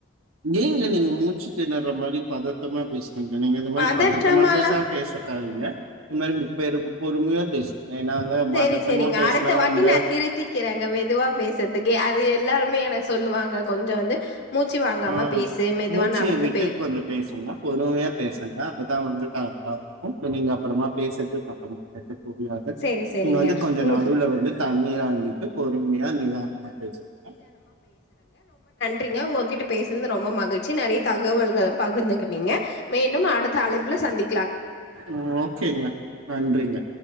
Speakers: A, on the right; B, on the left.
A: ஏங்க நீங்க முச்சுத்தேனர மாதிரி பதட்டமா பேசுறீங்க நீங்க இது மாதிரி
B: பதற்றமாலாம்
A: பதட்டமா பேசா பேசக்காதீங்க இருந்தாலும் பொறுமையா பேசுங்க ஏன்னா வந்து
B: சரி
A: பதட்டமா
B: சரிங்க
A: பேசுனா
B: அடுத்த வாட்டி
A: வந்து
B: நான் திருத்திக்கிறேங்க மெதுவா பேசுறதுக்கு அது எல்லாருமே என சொல்லுவாங்க கொஞ்சம் வந்து மூச்சு வாங்காம
A: ஆஹ்
B: பேசு, மெதுவா
A: மூச்சிய
B: நடந்து
A: விட்டு
B: பே
A: கொஞ்சம் பேசங்க பொறுமையா பேசங்க அப்பதான் வந்து கரெக்டா இருக்கு நீங்க அப்புறமா பேசுறது தப்பா புரியாது
B: சரி, சரிங்க.
A: நீங்க வந்து கொஞ்சம்
B: ம்
A: நடுவுல வந்து தண்ணீ வாங்கிட்டு பொறுமையா நிதாணமா பேசங்க
B: றிங்க உங்ககிட்ட பேசது ரொம்ப மகிழ்ச்சி நிறைய தகவல்கள் பகிர்ந்துக்கின்னுங்க மீண்டும் அடுத்த அழைப்புல சந்திக்
A: ஆஹ ஓகேங்க நன்றிங்க